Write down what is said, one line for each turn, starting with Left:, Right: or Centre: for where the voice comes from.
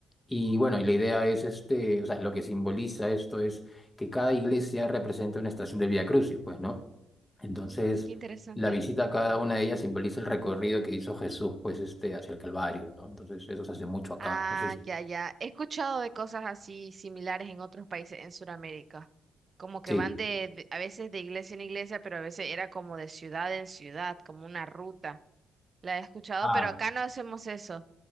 Left: Y bueno, y la idea es, este, o sea, lo que simboliza esto que cada iglesia representa una estación del Vía Crucis, pues, ¿no? Entonces,
Right: Mm, qué interesante.
Left: la visita a cada una de ellas simboliza el recorrido que hizo Jesús, pues, este, hacia el Calvario, ¿no? Entonces, eso se hace mucho acá.
Right: Ah,
Left: No sé si...
Right: ya, ya. He escuchado de cosas así similares en otros países en Sudamérica. Como que
Left: Sí.
Right: van de, de- a veces de iglesia en iglesia, pero a veces era como de ciudad en ciudad, como una ruta. La he escuchado,
Left: Ah,
Right: pero acá no hacemos eso.